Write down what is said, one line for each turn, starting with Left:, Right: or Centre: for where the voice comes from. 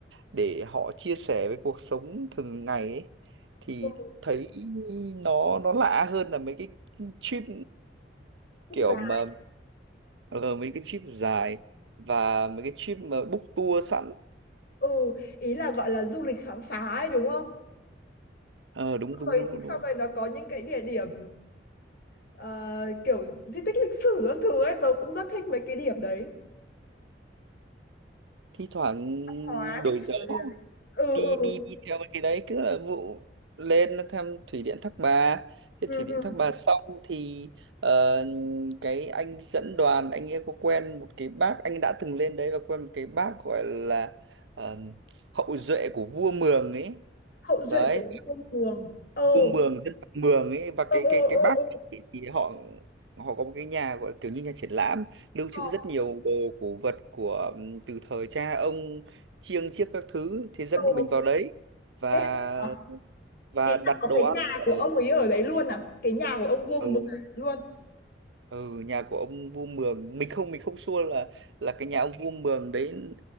Right: để họ chia sẻ với cuộc sống thường ngày ấy, thì
Left: ừ,
Right: thấy nó nó lạ hơn là mấy cái trip
Left: thích
Right: kiểu
Left: giá.
Right: mà ờ, mấy cái trip dài và mấy cái trip mà book tour sẵn
Left: Ừ, ý là gọi là du lịch khám phá ấy đúng không
Right: ờ đúng đúng
Left: rồi
Right: đúng đúng
Left: xong rồi nó có những cái địa điểm ờ, kiểu di tích lịch sử các thứ ấy tớ cũng rất thích mấy cái điểm đấy
Right: thi thoảng
Left: hóa lịch
Right: đổi gió
Left: sử gì đấy ừ
Right: đi
Left: ừ
Right: đi đi theo cái đấy cứ là vụ lên nó thăm thủy điện Thác Bà thế
Left: ừ
Right: thủy điện
Left: ừ
Right: Thác Bà xong thì ờ, cái anh dẫn đoàn anh ấy có quen một cái bác anh đã từng lên đấy và quen một cái bác gọi là ờ, hậu duệ của vua Mường ấy
Left: hậu
Right: đấy
Left: duệ của quân Đường ừ
Right: vua Mường dân tộc Mường ấy và
Left: ừ
Right: cái
Left: ừ
Right: cái cái
Left: ừ
Right: Bắc
Left: ừ
Right: thì, thì họ họ có một cái nhà gọi là kiểu như nhà triển lãm lưu
Left: ờ,
Right: trữ rất nhiều đồ cổ vật của ừm, từ thời cha ông chiêng chiếc các thứ thì dẫn
Left: ờ.
Right: bọn mình vào đấy và
Left: Thế hả?
Right: và
Left: ý
Right: đặt
Left: là có
Right: đồ
Left: cái
Right: ăn
Left: nhà
Right: ở
Left: của ông ấy ở đấy luôn à cái nhà của ông vua mực
Right: ở
Left: luôn
Right: ừ, nhà của ông vua Mường mình không mình không sure là là cái nhà ông vua Mường đấy